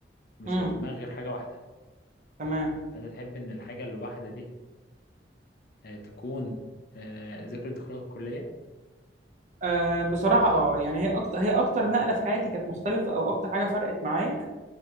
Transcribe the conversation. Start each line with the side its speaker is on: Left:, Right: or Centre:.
Left: ومش
Right: امم
Left: هيبقى في دماغك غير حاجة واحدة
Right: تمام
Left: أنت تحب إن الحاجة الواحدة دي آه، تكون آه، ذكرى دخولك الكلية؟
Right: أه بصراحة أه يعني هي أكتر هي أكتر نقلة في حياتي كانت مختلفة أو أكتر حاجة فرقت معايا